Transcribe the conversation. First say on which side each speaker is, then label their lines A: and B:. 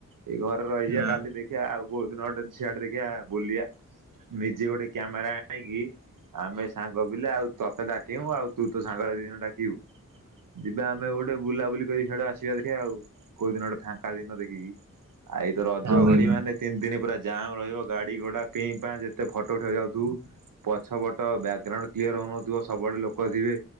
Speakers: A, on the right; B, on the right.
A: ଏଇ ଘରେ ରହିଯିବା
B: ନା
A: କାଲି ଦେଖ୍ ଖିୟା ଆଉ କୋଉ ଦିନ ଗଟେ ସିଆଡ଼େ ଦେଖିବା ବୁଲିବା ନିଜେ ଗୋଟେ କ୍ୟାମେରା ଆଣିକି ଆମେ ସାଙ୍ଗ ପିଲା ଆଉ ତତେ ଡାକିମୁଁ ଆଉ ତୁ ତୋ ସାଙ୍ଗରେ ଦି ଜଣ ଡ଼ାକିବୁ। ଯିବା ଆମେ ଗୋଟେ ବୁଲାବୁଲି କରି ସିଆଡେ ଆସିବା ଦେଖିବା ଆଉ। କୋଉ ଦିନଟେ ଫାଙ୍କା ଦିନ ଦେଖିକି ଆଉ ଏଇ ତ ରଜ
B: ହଁ ଭାଇ
A: ଘଡ଼ି
B: ହଁ।
A: ମାନେ। ତିନ୍ ଦିନି ପୁରା ଜାମ୍ ରହିବ ଗାଡ଼ି ଘୋଡା ପି ମ୍ପା ଯେତେ ଫଟୋ ଉଟେଇ ବାକୁ ଯାଉଥିବୁ। ପଛ ପଟ ବ୍ରାକଗ୍ରାଉଣ୍ଡୁ କ୍ଲିୟର ହଉନଥିବ ସବୁଆଡ଼େ ଲୋକ ଥିବେ।